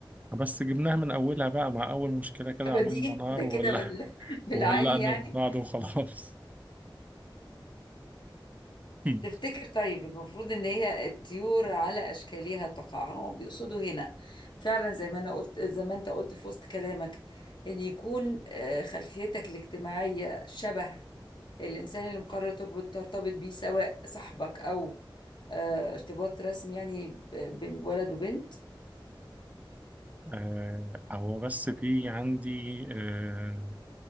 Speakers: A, on the right (about 15°); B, on the left (about 60°).
A: بس جبناها من اولها بقى مع اول مشكلة كده
B: بادئين
A: عملنا نار
B: <laughs> كده كده
A: وولع
B: بال... بالعالي
A: وولعنا
B: يعني
A: في بعض وخلاص <laughs>
B: تفتكر طيب المفروض ان هي الطيور على اشكالها تقع هم بيقصدوا هنا فعلا زي ما انا قلت زي ما انت قلت في وسط كلامك ان يكون آه، خلفيتك الاجتماعية شبه الانسان اللي مقرر تربط ترتبط بيه سواء صاحبك او آه، ارتباط رسمي يعني ب- بين ولد وبنت
A: آه، هو بس في عندي آه،